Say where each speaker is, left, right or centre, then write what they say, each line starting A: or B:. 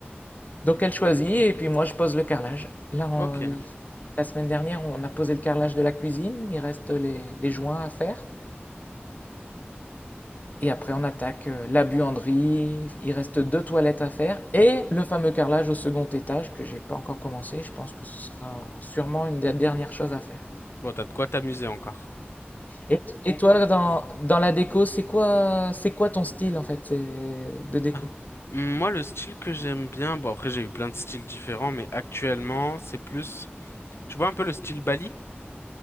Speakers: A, on the left; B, on the left.
A: Donc elle choisit et puis moi je pose le carrelage. Là, on-
B: Ok.
A: la semaine dernière, on a posé le carrelage de la cuisine, il reste les, les joints à faire. Et après, on attaque euh, la buanderie, il reste deux toilettes à faire et le fameux carrelage au second étage que j'ai pas encore commencé. Je pense que ce sera sûrement une des dernières choses à faire.
B: Bon, t'as de quoi t'amuser encore.
A: Et, et toi, dans, dans la déco, c'est quoi, c'est quoi ton style en fait c'est- de déco?
B: Ah. M- Moi, le style que j'aime bien, bon, après, j'ai eu plein de styles différents, mais actuellement, c'est plus, tu vois un peu le style Bali?